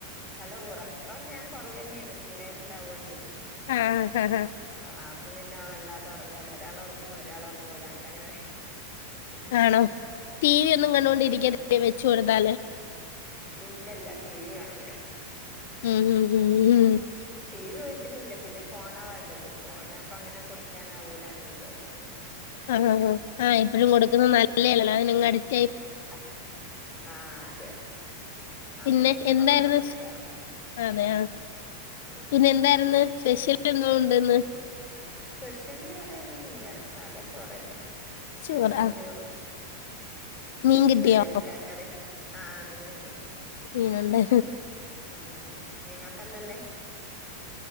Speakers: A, in the centre; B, on the left.
A: ഹലോ ഉറക്കം ഞാൻ കുറവ് തന്നെയാണ് പിള്ളേരുണ്ടാവോണ്ടേ
B: ആ ഹഹ
A: ആ അപ്പൊ പിന്നെ വല്ലാത്ത ഉറങ്ങാൻ ഒരാൾ ഉറങ്ങുമ്പോ ഒരാൾ ഉറങ്ങൂല അങ്ങനെ അങ്ങനെ നിക്കും
B: ആണോ ടി വി ഒന്നും
A: ഉം ഉം
B: കണ്ടൊണ്ടിരിക്ക വെച്ചു കൊടുത്താല്
A: ഇല്ലല്ല ടി വി കാണൂല
B: ഉം ഉം ഉം ഉം
A: ടി വി വീട്ടിലില്ല പിന്നെ ഫോണാ വേണ്ടത് ഫോൺ അപ്പ അങ്ങനെ കൊടുക്കാൻ ആവൂലന്ന് വിചാരിക്കും
B: ആ ഹാ ആ എപ്പോഴും കൊടുക്കുന്ന നല്ലയല്ലല്ലോ അതിന് അങ്ങ് അടിക് <unintelligible>
A: ആ ആ, അതെ അപ്പൊ
B: പിന്നെ എന്തായിരുന്നു
A: കൊറവാ കൊടുക്കാറ്
B: അതെയ
A: ഉം
B: പിന്നെ
A: ഉം
B: എന്തായിരുന്നു സ്പെഷ്യൽ എന്തോ ഉണ്ട് ഇന്ന്
A: സ്പെഷ്യലി അറിയാനൊന്നും ഇല്ല മിസ്സ് സാദ ചോറ്ന്നെ
B: ചോറ
A: വെറും ചോറും
B: മീൻ കിട്ടിയോ
A: വെള്ളരിക്ക കറി ആ മീനുണ്ട്
B: മീനൊണ്ട്
A: ഉം ഉം നിങ്ങൾക്കന്തല്ലേ